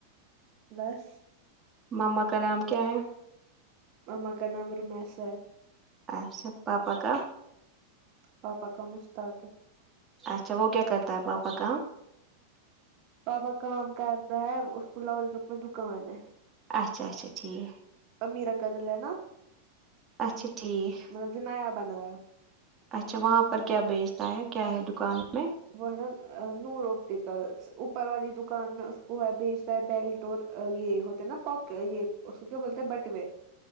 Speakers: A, on the right; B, on the right.
A: بس
B: مما کا نام کیا ہے
A: ماما کا نام ر میںسر
B: اچھا پاپا کا
A: پاپا کا مشتاق ہے
B: اچھا وہ کیا کرتا ہے پاپا کام
A: بابا کام کرتا ہے اس کو لول چوک میں دکان ہے
B: اچھا اچھا ٹھیک
A: امیر قدل ہے نا
B: اچھا ٹھیک
A: مطلب جو نیا بنایا
B: اچھا وہاں پر کیا بیچتا ہے کیا ہے دکان میں
A: وہ ہے نا نورپٹیکلس اوپر والی دکان میں کو ہے بھیجتا ہے بیلٹور یہ ہوتے نا پک یہ اس کو کیا بولتے ہیں بٹوے